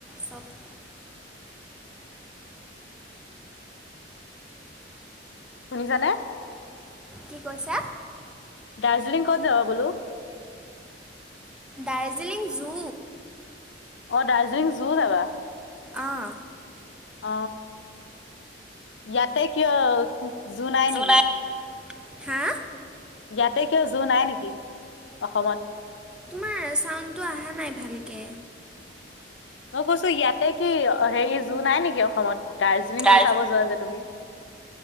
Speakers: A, in the centre; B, on the left.
A: চব
B: শুনিছানে
A: কি কৈছা
B: দাৰ্জিলিং ক'ত যাবা বোলো
A: দাৰ্জিলিং জু
B: অ দাৰ্জিলিং জু যাবা
A: অঁ
B: অ ইয়াতে কিয় জু নাই
A: জোনাই
B: নিকি
A: হা
B: ইয়াতে কিয় জু নাই নিকি অসমত
A: তোমাৰ চাউণ্ডটো আহা নাই ভালকে
B: মই কৈছো ইয়াতে কি হেৰি জু নাই নিকি অসমত দাৰ্জিলিং
A: তাৰ
B: জু চাব যোৱা যে তুমি